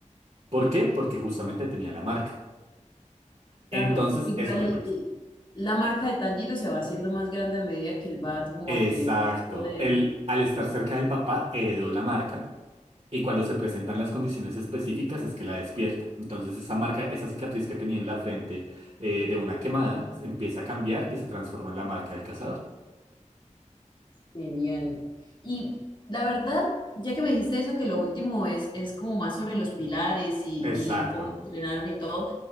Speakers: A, on the right; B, on the left.
A: ¿Por qué? Porque justamente tenía la marca.
B: Claro.
A: Entonces,
B: Igual
A: eso te cuento.
B: y- la marca de Tanjiro se va haciendo más grande a medida que él va como
A: Exacto.
B: adquiriendo más poder.
A: Él, al estar cerca del papá, heredó la marca. Y cuando se presentan las condiciones específicas es que la despierta. Entonces esa marca, esa cicatriz que tenía en la frente eh, de una quemada empieza a cambiar y se transforma en la marca del cazador.
B: Genial. Y la verdad, ya que me dijiste eso, que lo último es, es como más sobre los pilares y,
A: Exacto.
B: y cómo entrenaron y todo,